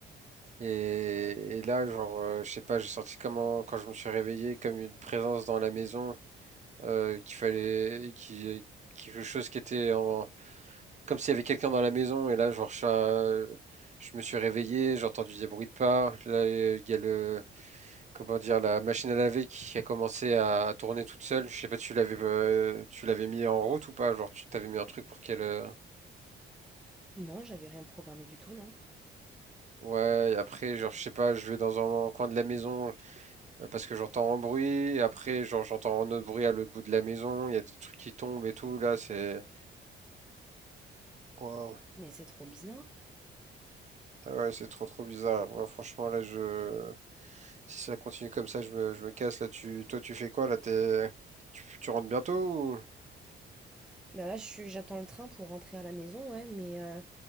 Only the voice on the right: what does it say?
Et, et là, genre, euh, je sais pas, j'ai senti comment, quand je me suis réveillé, comme une présence dans la maison, euh, qu'il fallait, qui, quelque chose qui était en, comme s'il y avait quelqu'un dans la maison. Et là, genre, je, suis à- je me suis réveillé, j'ai entendu des bruits de pas. Là, il y a le, comment dire, la machine à laver qui a commencé à, à tourner toute seule. Je sais pas, tu l'avais, euh, tu l'avais mis en route ou pas? Genre, tu t'avais mis un truc pour qu'elle. euh,
Ouais, et après, genre, je sais pas, je vais dans un coin de la maison euh, parce que j'entends un bruit. et après, genre, j'entends un autre bruit à l'autre bout de la maison. Il y a des trucs qui tombent et tout. Là, c'est. Waouh.
Ah Ouais, c'est trop trop bizarre. Moi, franchement, là, je. Si ça continue comme ça, je me, je me casse. Là, tu, toi, tu fais quoi? Là, t'es. Tu, tu rentres bientôt ou...